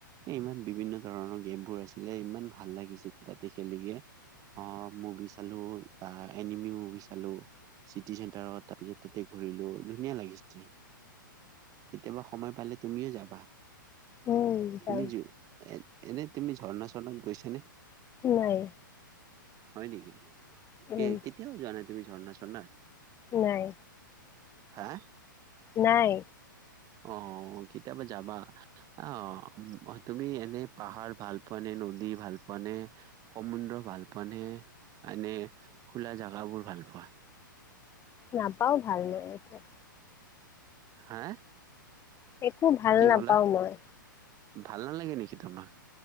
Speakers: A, on the right; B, on the left.
A: ইমান বিভিন্ন ধৰণৰ গেমবোৰ আছিলে ইমান ভাল লাগিছিল তাতে খেলি কে অ মুভিচ চালো আ এনিমি মুভি চালো চিটি চেণ্টাৰত। তাৰ পিছত তাতে ঘূৰিলো। ধুনীয়া লাগিছে। কেতিয়াবা সময় পালে তুমিও যাবা।
B: উম যাম
A: তুমি জ, এনে তুমি ঝৰ্ণা ঝৰ্ণাত গৈছা নে?
B: নাই।
A: হয় নেকি?
B: উম
A: কে কেতিয়াও যোৱা নাই তুমি ঝৰ্ণা-স্বৰ্ণাত?
B: নাই।
A: হে?
B: নাই।
A: অ, কেতিয়াবা যাবা। অ, তুমি এন- নে পাহাৰ ভাল পোৱানে? নদী ভাল পোৱা নে? সমুদ্ৰ ভাল পোৱা নে? নে খোলা জাগাবোৰ ভাল পোৱা?
B: নাপাও ভাল মই এতিয়া।
A: হা?
B: একো ভাল
A: কি
B: নাপাওঁ
A: ক'লা
B: মই।
A: ভাল নালাগে নেকি তোমাক?